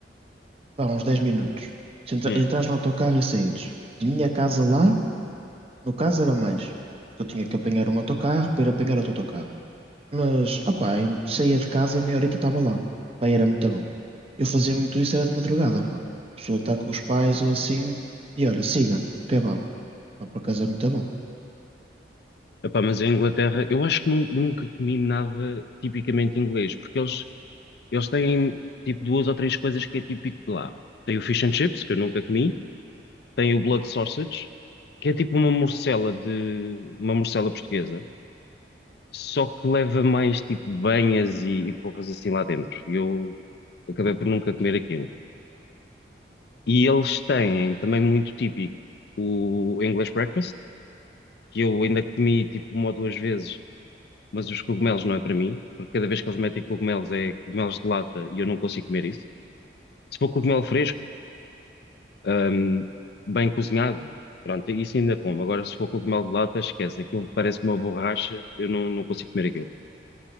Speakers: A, on the right; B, on the left.
A: pá, uns 10 minutos. Se entra-
B: Hum.
A: entras no autocarro e saíres. De minha casa lá, no caso era mais, porque eu tinha que apanhar um autocarro para ir apanhar outro autocarro. Mas, opá, eu saía de casa e meia horita estava lá. Pá, e era muito bom. Eu fazia muito isso, era de madrugada, pá. A pessoa está com os pais ou assim, e olha, siga, o kebab. Pá, por acaso é muito bom.
B: Epá, mas em Inglaterra, eu acho que nun- nunca comi nada tipicamente inglês, porque eles, eles têm tipo duas ou três coisas que é típico de lá. Tem o fish and chips, que eu nunca comi, tem o Blood Sausage, que é tipo uma morcela de uma morcela portuguesa, só que leva mais tipo banhas e, e porras assim lá dentro. E eu acabei por nunca comer aquilo. E eles têm também muito típico o English Breakfast, que eu ainda comi tipo uma ou duas vezes, mas os cogumelos não é para mim, porque cada vez que eles metem cogumelos é cogumelos de lata e eu não consigo comer isso. Se for cogumelo fresco, ahm, bem cozinhado. Pronto, isso ainda como. Agora, se for cogumelo de lata, esquece. Aquilo parece uma borracha, eu não, não consigo comer aquilo.